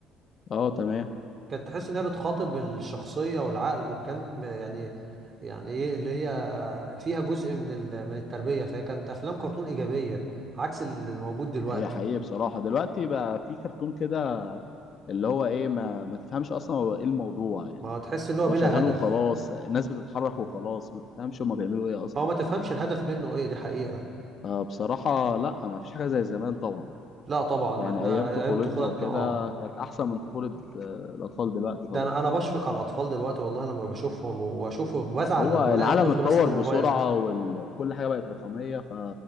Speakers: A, on the left (about 50°); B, on the right (about 40°).
A: اه تمام
B: كانت تحس انها بتخاطب الشخصيه والعقل وكانت م- يعني يعني ايه اللي هي فيها جزء من ال- من التربيه فهي كانت افلام كرتون ايجابيه عكس اللي موجود دلوقتي
A: هي حقيقي بصراحة دلوقتي بقى في كرتون كده اللي هو ايه ما, ما تفهمش اصلا هو ايه الموضوع يعني
B: ما هو تحس ان هو بلا
A: هو شغال
B: هدف
A: وخلاص الناس بتتحرك وخلاص ما تفهمش هما بيعملوا ايه اصلا
B: هو ما تفهمش الهدف منه ايه دي حقيقه
A: فبصراحة لا ما فيش حاجة زي زمان طبعا
B: لا طبعا
A: يعني
B: احنا
A: ايام
B: ايام
A: طفولتنا
B: طفولتنا
A: وكده
B: اه
A: كانت احسن من طفولة آه، الاطفال دلوقتي
B: ده
A: طبعا
B: انا انا بشفق على الاطفال دلوقتي والله لما بشوفهم واشوف بزعل
A: هو
B: لما
A: العالم
B: بلاقي الطفل
A: اتطور
B: ماسك الموبايل
A: بسرعة وكل حاجة بقت رقمية ف...